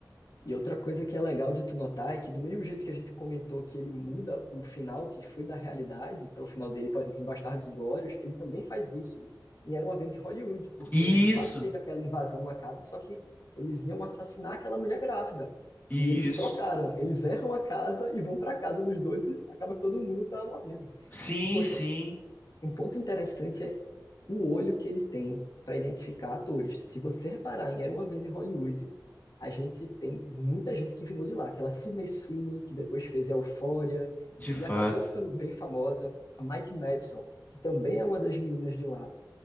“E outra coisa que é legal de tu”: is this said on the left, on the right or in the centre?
Left